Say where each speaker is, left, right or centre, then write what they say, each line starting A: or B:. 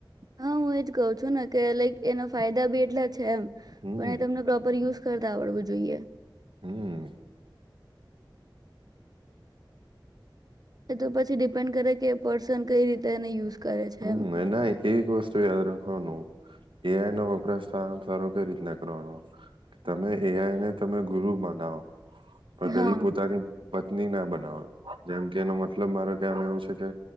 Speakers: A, on the right (about 50°); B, on the right (about 85°).
A: હા હું એજ કઉ છું ને કે લાઈક એના ફાયદા દા બી એટલા છે એમ
B: હમ
A: પણ એ તમને પ્રોપર યુઝ કરતા આવડવું જોઈએ.
B: હમમ
A: એ તો પછી ડિપેન્ડ કરે કે પર્સન કઈ રીતે એને યુઝ કરે છે
B: હમ
A: એમ
B: એના એક વસ્તુ યાદ રાખવાનું એ આઈ નો વપરાશ સારોમાં સારો કઈ રીતના કરવાનો કે તમે એઆઈ ને તમે ગુરુ બનાવો. પણ
A: હા
B: કદી પોતાની પત્ની ના બનાવા જેમ કે એનો મતલબ મારો કહેવા માંગું છું કે